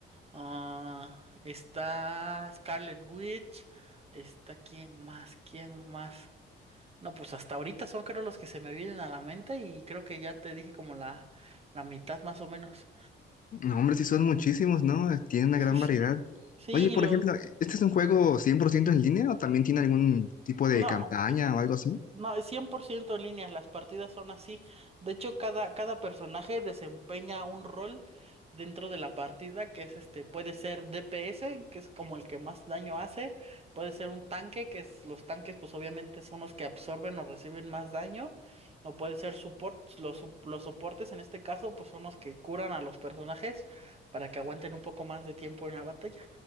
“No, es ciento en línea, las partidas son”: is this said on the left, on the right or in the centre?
Right